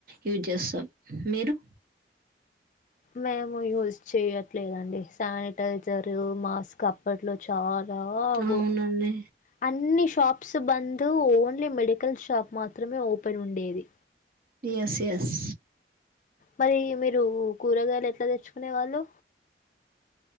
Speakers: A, on the right (about 50°); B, on the left (about 45°).
A: యూజ్ జేస్తాం మీరు
B: మేము యూజ్ చేయ ట్లేదండి శానిటైజరు మాస్క్ అప్పట్లో చా <unintelligible>
A: అవునండి.
B: అన్ని షాప్ ప్స్ బంద్ ఓన్లీ మెడికల్ షాప్ మాత్రమే ఓపెన్ ఉండేది
A: ఎస్ ఎస్
B: మరి మీరు కూరగాయలు ఎట్లా తెచ్చుకునేవాళ్ళు